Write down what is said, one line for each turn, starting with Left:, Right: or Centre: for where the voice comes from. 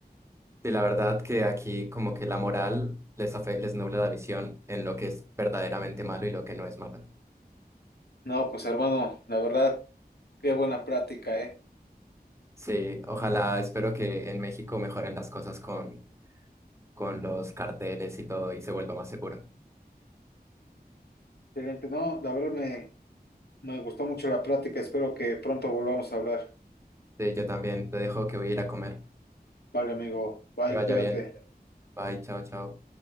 Right: Y la verdad que aquí como que la moral les, afe- les nubla la visión en lo que es verdaderamente malo y lo que no es malo.
Left: No, pues hermano, la verdad, qué buena práctica, ¿eh?
Right: Sí, ojalá, espero que en México mejoren las cosas con, con los carteles y todo y se vuelva más seguro.
Left: Excelente. No, la verdad me, me gustó mucho la práctica. Espero que pronto volvamos a hablar.
Right: Sí, yo también te dejo que voy a ir a comer.
Left: Vale, amigo. Bye,
Right: Que vaya
Left: cuídate.
Right: bien. Bye, chao, chao.